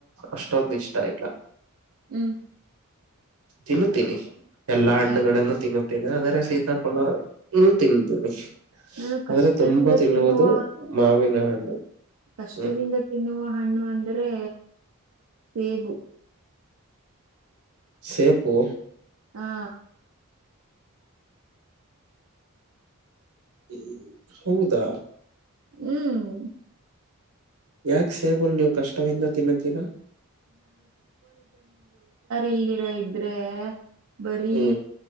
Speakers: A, on the right; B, on the right.
A: ಅಷ್ಟೊಂದ ಇಷ್ಟ ಇಲ್ಲ
B: ಹ್ಮ್
A: ತಿನ್ನುತ್ತೀನಿ ಎಲ್ಲಾ ಹಣ್ಣುಗಳನ್ನು
B: ಹಾ
A: ತಿನ್ನು ಟ್ಟೇ ಆದ್ರ ಸೀತಾಪಳನು ತಿಂತೀನಿ
B: ನಾನು ಕಷ್ಟದಿಂದ
A: ಆದ್ರೆ ತುಂಬಾ ತಿನ್ನುವುದು
B: ತಿನ್ನುವ
A: ಹಾವಿನ ಹಣ್ಣು
B: ಕಷ್ಟದಿಂದ
A: ಹ್ಮ್
B: ತಿನ್ನುವ ಹಣ್ಣು ಅಂದ್ರೆ ಸೇಬು
A: ಸೇಪು
B: ಹಾ
A: ಹ್ಮ ಹೌದಾ
B: ಹ್ಮ್
A: ಯಾಕ್ ಸೇಬಲ್ ನೀ್ ಕಷ್ಟವಿಂದ ತಿನ್ನುತ್ತೀರಾ
B: ಇಲ್ದರ ಇದ್ರೆ ಬರೀ
A: ಹ್ಮ್